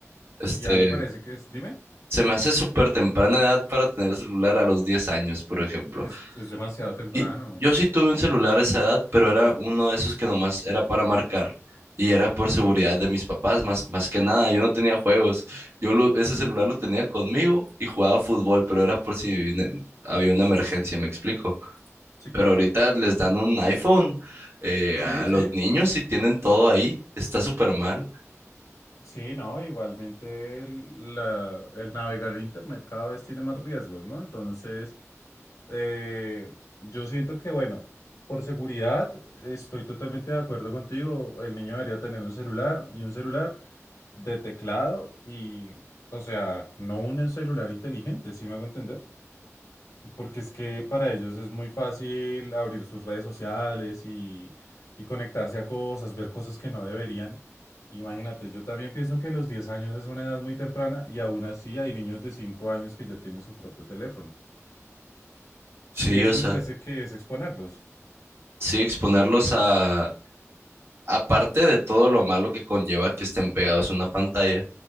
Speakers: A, on the right; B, on the left.
A: Este,
B: Y ya me parece que es, dime,
A: Se me hace súper temprana edad para tener celular a los 10 años, por ejemplo.
B: es, es demasiado temprano.
A: Y yo
B: Y-
A: sí tuve un celular a esa edad, pero era uno de esos que nomás era para marcar. Y era por seguridad de mis papás, más, más que nada. Yo no tenía juegos. Yo lo- ese celular lo tenía conmigo y jugaba fútbol, pero era por si ne- había una emergencia, me explico.
B: sí,
A: Pero
B: claro.
A: ahorita les dan un iPhone eh, a
B: Sí,
A: los
B: sí.
A: niños y tienen todo ahí. Está súper mal.
B: Sí, no, igualmente el, la- el navegar en internet cada vez tiene más riesgos, ¿no? Entonces, eh, yo siento que, bueno, por seguridad, estoy totalmente de acuerdo contigo. El niño debería tener un celular y un celular. de teclado y, o sea, no un celular inteligente, si me hago entender, porque es que para ellos es muy fácil abrir sus redes sociales y, y conectarse a cosas, ver cosas que no deberían. Imagínate, yo también pienso que los 10 años es una edad muy temprana y aún así hay niños de 5 años que ya tienen su propio teléfono.
A: Sí,
B: Y eso
A: o sea,
B: me parece que es exponerlos.
A: sí, exponerlos a aparte de todo lo malo que conlleva que estén pegados a una pantalla,